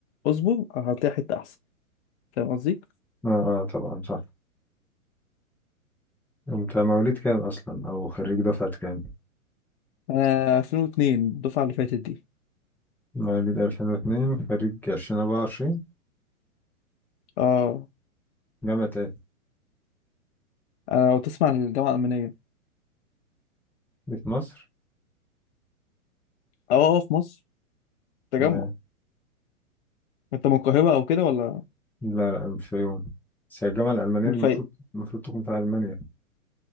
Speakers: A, on the left; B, in the centre.
A: اصبر هتلاقي حته احسن فاهم قصدي
B: اه اه طبعا صح انت مواليد كام اصلا او خريج دفعة كام
A: انا 2002 الدفعه اللي فاتت دي
B: مواليد 2002 خريج 2024
A: اه
B: جامعة ايه
A: انا لو تسمع عن الجامعه الالمانيه
B: دي في مصر
A: اه اه في مصر تجمع
B: تمام
A: انت من القاهره او كده ولا
B: لا لا مش في يوم بس هي الجامعة الألمانية
A: من
B: دي
A: الفيوم
B: المفروض المفروض تكون في ألمانيا